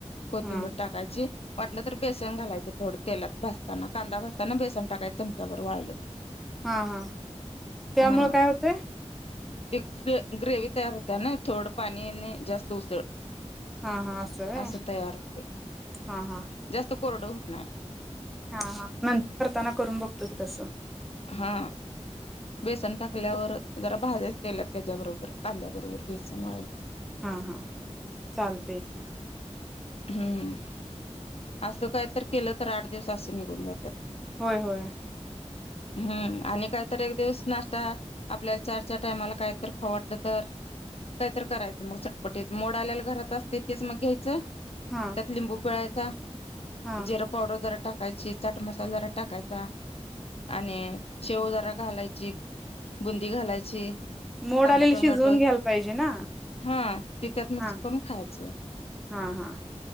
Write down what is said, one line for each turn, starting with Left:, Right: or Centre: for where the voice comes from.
Left: कोथिंबीर
Centre: हा
Left: टाकायची वाटलं तर बेसन घालायचं. थोडं तेलात भासताना कांदा भासताना बेसन टाकाय चमचा भर वाळलं.
Centre: हा हा तत्यामुळे
Left: हा
Centre: काय होतंय.
Left: ते ग ग्रेवी तयार होते ना थोडं पाणी जास्त उसळ.
Centre: हा हा व्हय
Left: असं तयार होते
Centre: हा हा
Left: जास्त कोरडं होत ना.
Centre: हा हा नंतर करताना करून बघतो की तस
Left: हा बेसन टाकल्यावर जरा भाज्याच तेलत त्याच्याबरोबर कांद्या बरोबर बेसन वयला
Centre: हा हा चाल ठीक आहे.
Left: हम्म असं काय तर केलं तर आठ दिवस असे निघून जातात.
Centre: होय होय
Left: हम्म आणि काहीत एक दिवस नाश्ता आपल्याला चार चार टायमाला काहीत खाऊ वाटल तर काही तर करायचं मग चटपटीत मोड आल्याला घरात असते तेीच मग घ्यायचं
Centre: हा
Left: त्यात लिंबू पिळायचा
Centre: हा
Left: जिरा पावडर जरा टाकायची चाट मसालदरा टाकायचा आणि शेवदराा घालायची बुंदी घालायची
Centre: मोड
Left: कांदा
Centre: आलेली
Left: टोमॅटो
Centre: शिजवून घ्यायला पाहिजे ना
Left: हा ते त्यात मिकस
Centre: हा
Left: करून खायचं
Centre: हा हा